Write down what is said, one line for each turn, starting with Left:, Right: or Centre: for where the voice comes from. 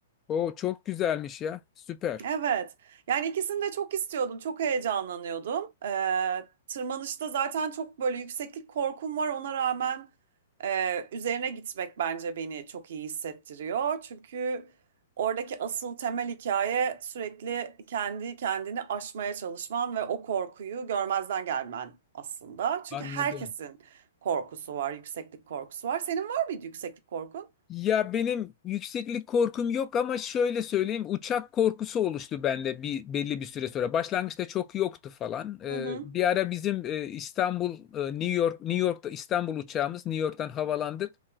Left: O çok güzelmiş ya. Süper.
Right: Evet. Yani ikisini de çok istiyordum. Çok heyecanlanıyordum. Ee, tırmanışta zaten çok böyle yükseklik korkum var. Ona rağmen e, üzerine gitmek bence beni çok iyi hissettiriyor. Çünkü oradaki asıl temel hikaye sürekli kendi kendini aşmaya çalışman ve o korkuyu görmezden gelmen aslında. Çünkü
Left: Ben
Right: herkesin
Left: ne de.
Right: korkusu var, yükseklik korkusu var. Senin var mıydı yükseklik korkun?
Left: Ya benim yükseklik korkum yok ama şöyle söyleyeyim uçak korkusu oluştu bende bir belli bir süre sonra. Başlangıçta çok yoktu falan. Ee,
Right: Hı hı.
Left: bir ara bizim e, İstanbul e, New York New York'ta İstanbul uçağımız New York'tan havalandık.